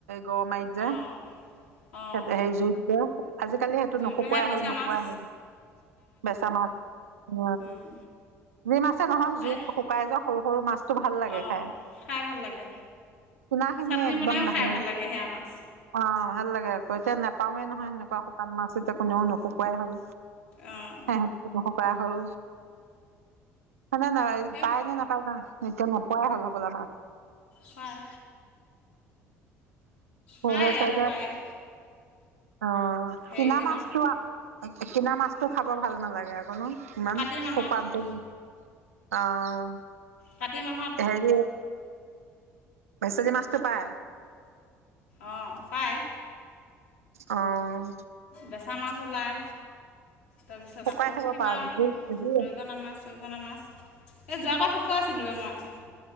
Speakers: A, on the right; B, on the left.
A: গৰ মাৰিত যে
B: অঁ অঁ
A: এতে সেই জুইত আজিকালি সেইটো
B: জুইটোহে
A: নুশুকোৱাই
B: বেচা
A: হ'ল, নুশুকুৱাই
B: মাছ
A: হ'ল বেচা মাছ উ
B: উম,
A: জুই মাছে নহওক জুইত
B: এই
A: শুকাই যে সৰু-সৰু মাছটো ভাল লাগে
B: অঁ
A: খাই।
B: খাই ভাল লাগে
A: চুনা খিনি
B: চাটনি
A: একদম
B: বনায়ো
A: <unintelligible>
B: খাই
A: অ'।
B: ভাল লাগে সেয়া মাছ
A: অ' ভাল লাগে আকৌ এতিয়া নাপাওে নহয় সেনেকুৱা শুকান মাছ। এতিয়া কোনেও নুশুকুৱাই হ'ল।
B: অঁ
A: <unintelligible> শুকা হ'ল। ন নে
B: এই
A: পায় নে নাপায়, নোপোৱাই হ'ল সকল মা
B: হয়। পায়
A: সেই চাইডে
B: আৰু পায়।
A: অ'
B: হেৰি
A: কিনা
B: দিনত
A: মাছো, কিনা মাছটো, খাব ভাল নালাগে অকণো। কিমান
B: কাতি মাহত
A: সোপানটো অহ।
B: কাতি মাহত
A: সেই যে। পইচা যে মস্ত পায়।
B: অ' পায়।
A: অ'।
B: বেচা মাছ ওলাই তাৰপিছত
A: শুকাই
B: আকৌ
A: থব
B: কিবা
A: পাৰা যদি যদি অ
B: দৰিকণা মাছ চৰিকনা মাছ এই যোৱাবাৰ শুকুৱাইছিলো এই মই।